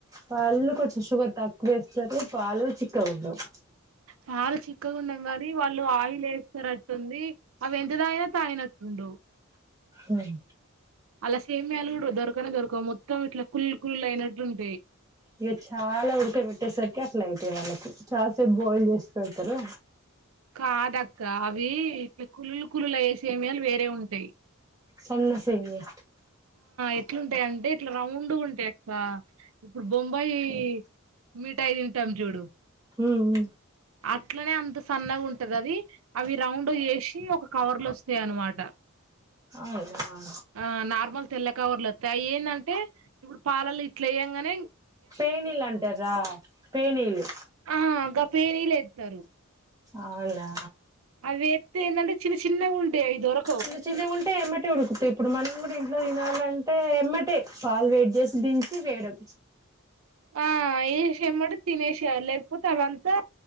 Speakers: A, on the right; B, on the right.
A: వాళ్ళు కొంచెం షుగర్ తక్కువేస్తారు పాలు చిక్కగుండవ్.
B: పాలు చిక్కగా ఉండం కానీ వాళ్ళు ఆయిల్ వేస్తారట్టుంది అవి ఎంత తాగిన తాగినట్టుండవ్.
A: మ్
B: ఆళ్ళ సేమియాలు కూడా దొరకనే దొరకవ్ మొత్తం ఇట్లా కుల్ కుల్ అయినట్టు ఉంటాయ్.
A: ఇక చాలా ఉడక పెట్టేసరికి అట్లా అయితాయ్ వాళ్ళకి చాలాసేపు బాయిల్ చేస్తరు కదా.
B: కాదక్క అవి ఇట్లా కుల్లు కుల్లు అయ్యే సేమియాలు వేరే ఉంటాయి.
A: సన్న సేమియా
B: ఎట్లుంటయి అంటే ఇట్లా రౌండుగుంటాయక్క ఇప్పుడు బొంబాయి. మిఠాయి తింటాం చూడు.
A: హ్మ్. హ్మ్.
B: అట్లనే అంత సన్నగా ఉంటదది అవి రౌండు చేసి ఒక కవర్లో వస్తాయనమాట.
A: అవునా
B: ఆ నార్మల్ తెల్ల కవర్లు వత్తయ్ అవి ఏంటంటే ఇప్పుడు పాలల్లా ఇట్లేయ్యాంగానే.
A: పేనీలాంటారా పేనీలు.
B: ఆ గా ఫేరీలేస్తారు
A: అవునా
B: అవి ఎస్తే ఏంటంటే చిన్న చిన్నగా ఉంటాయి అవి దొరకవు
A: చిన్న చిన్నగా ఉంటాయి అంటే వెంబటే ఉడుకుతాయి ఇప్పుడు మనం కూడా ఇంట్లో తినాలి అంటే వెంబటే పాలు వేడి చేసి దించి వేయడం.
B: ఆ వేసి వెంబటే తినేసేయ్యాలి లేకపోతే అవి అంతా